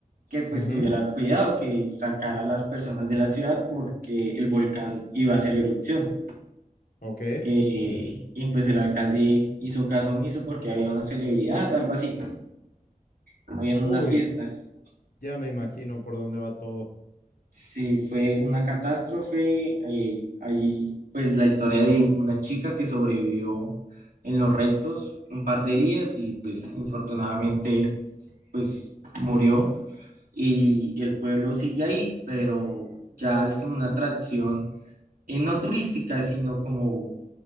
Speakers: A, on the right (about 80°); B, on the left (about 85°).
A: que pues
B: Ujú,
A: tuviera cuidado, que sacara a las personas de la ciudad porque el volcán iba a hacer erupción.
B: Ok.
A: Eh, y pues el alcalde hizo caso omiso porque había una celebridad, algo así, habían unas
B: Uy,
A: fiestas.
B: ya me imagino por dónde va todo.
A: Sí, fue una catástrofe. Ahí, ahí, pues la historia de una chica que sobrevivió en los restos un par de días y pues infortunadamente pues murió. Y, y el pueblo sigue ahí, pero ya es como una atracción, eh, no turística, sino como,